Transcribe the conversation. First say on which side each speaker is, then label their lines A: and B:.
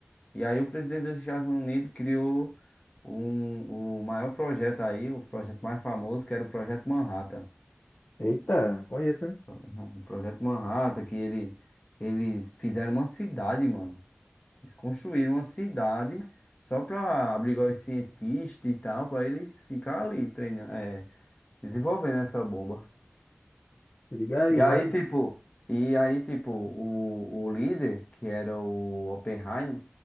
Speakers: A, on the left; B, on the left.
A: E aí o presidente dos Estados Unidos criou um, o maior projeto aí, o projeto mais famoso, que era o Projeto Manhattan.
B: Eita, conheço, hein?
A: Uhum. O Projeto Manhattan, que ele, eles fizeram uma cidade, mano. Eles construíram uma cidade só para abrigar os cientistas e tal, para eles ficar ali treinando, é, desenvolvendo essa bomba.
B: Se Liga aí,
A: E aí,
B: Mate,
A: tipo, e aí, tipo, o, o líder, que era o Oppenheimer